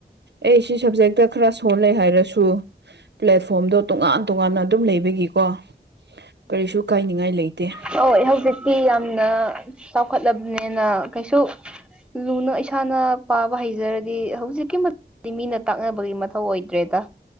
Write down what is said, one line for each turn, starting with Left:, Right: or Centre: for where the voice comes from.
Right: ꯑꯩ ꯁꯤ ꯁꯕꯖꯦꯛꯇ ꯈꯔ ꯁꯣꯜꯂꯦ ꯍꯥꯏꯔꯁꯨ ꯊ꯭ꯔꯨ ꯄ꯭ꯂꯦꯠꯐꯣꯝꯗꯣ ꯇꯣꯉꯥꯟ ꯇꯣꯉꯥꯟꯅ ꯑꯗꯨꯝ ꯂꯩꯕꯒꯤꯀꯣ ꯀꯔꯤꯁꯨ ꯀꯥꯏꯅꯤꯡꯉꯥꯏ ꯂꯩꯇꯦ
Centre: ꯍ ꯍꯧꯖꯤꯛꯇꯤ ꯌꯥꯝꯅ ꯆꯥꯎꯈꯠꯂꯕꯅꯦ ꯍꯦꯟꯅ ꯀꯩꯁꯨ ꯂꯨꯅ ꯏꯁꯥꯅ ꯄꯥꯕ ꯍꯩꯖꯔꯗꯤ ꯍꯧꯖꯤꯛꯀꯤ ꯃꯤꯅ ꯇꯥꯛꯅꯕꯒꯤ ꯃꯊꯧ ꯑꯣꯏꯗ꯭ꯔꯦꯗ